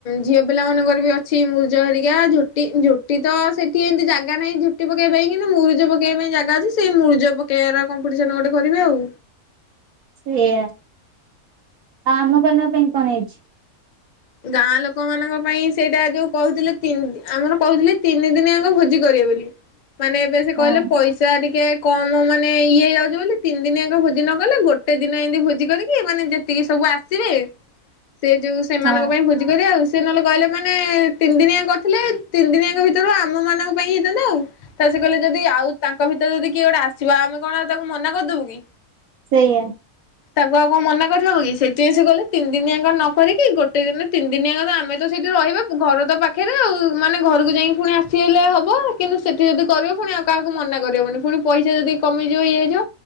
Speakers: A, on the left; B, on the right.
A: ଝିଅ ପିଲାମାନଙ୍କର ବି ଅଛି ମୁରୁଜ ହେରିକା ଝୋଟି ଝୋଟି ତ ସେଠି ଏମିତି ଜାଗା ନାହିଁ ଝୋଟି ପକେଇବା ପାଇଁ କିନ୍ତୁ ମରୁଜ ପକେଇବା ପାଇଁ ଜାଗା ଅଛି ସେଇ ମରୁଜ ପକେଇବାର କମ୍ପିଟିସନ ଗୋଟେ କରିବେ ଆଉ।
B: ସେଇଆ ଆ ଆମ ମାନଙ୍କ ପାଇଁ କଣ ହେଇଛି?
A: ଗାଁ ଲୋକମାନଙ୍କ ପାଇଁ ସେଇଟା ଯୋଉ କହୁଥିଲେତିନି ଆମର କହୁଥିଲେ ତିନି ଦିନି ଯାକ ଭୋଜି କରିବେ ବୋଲି। ମାନେ ଏବେ ସେ
B: ହଁ
A: କହିଲେ ପଇସା ଟିକେ କମ ମାନେ ଇଏ ଯାଉଛେ ବୋଲି ତିନି ଦିନି ଯାକ ଭୋଜି ନ କଲେ ଗୋଟେ ଦିନ ଏମତି ଭୋଜି କରିକି ମାନେ ଯେତିକି ସବୁ ଆସିବେ ସେ ଯୋଉ ସେମାନଙ୍କ
B: ହଁ
A: ପାଇଁ ଭୋଜି କରିବା ଆଉ। ସେ ନହେଲେ କହିଲେ ମାନେ ତିନି ଦିନିଆ କରିଥିଲେ। ତିନି ଦିନିଆଙ୍କ ଭିତରୁ ଆମ ମାନଙ୍କ ପାଇଁ ହେଇଥାନ୍ତା ଆଉ ତା ସେ କହିଲେ ଯଦି ଆଉ ତାଙ୍କ ଭିତରେ ଯଦି କିଏ ଗୋଟେ ଆସିବା ଆମେ କଣ ତାକୁ ମନା କରିଦବୁ କି?
B: ସେଇୟା।
A: ତାକୁ ଆଉ କଣ ମନା କରିବ କି? ସେଥିପଁ ସେ ଗଲେ ତିନି ଦିନିଆାଙ୍କା ନକିକି କି ଗୋଟେ ଦିନ ତିନି ଦିନି ଯ କଥା ଆମେ ତ ସେଇଠି ରହିବା ଘର ତ ପାଖରେ ଆଉ ମାନେ ଘରକୁ ଯାଇକି ପୁଣି ଆସି ହେଲେ ହବ। କିନ୍ତୁ ସେଠି ଯଦି କରିବ ପୁଣି ଆଉ କାହାକୁ ମନା କରିହବନି ପୁଣି ପଇସା ଯଦି କମିଯିବ ଇ ହେଇଯିବ